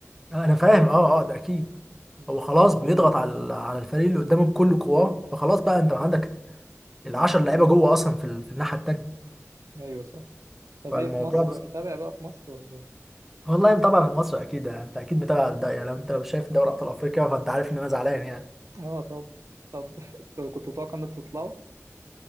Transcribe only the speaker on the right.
مم.
ايوه صح طب
ايه في مصر
متابع بقى في مصر ولا ايه
اه طب طب <laughs> انتوا كنتوا متوقع ان انتوا تطلعوا